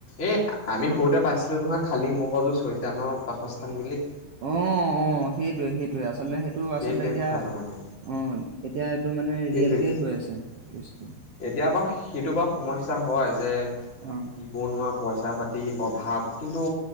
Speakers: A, on the left; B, on the right.
A: এই, আমি সৰুতে পাইছিলো নহয় খালি মগজু চৈতানৰ বাসস্থান বুলি।
B: অ', অ' সেইটোৱে সেইটোৱে, আচলতে সেইটো
A: সেইটোৱে
B: আচলতে এতিয়া
A: কথাটো মানে
B: অ', এতিয়া এইটো মানে
A: সেইটোৱে
B: ৰিয়েকেয়ে হৈ আছে বস্তু।
A: এতিয়া বাৰু সেইটো বাৰু সমস্যা হয়। যে উ
B: অ
A: বনোৱা পইচা পাতি অভাৱ কিন্তু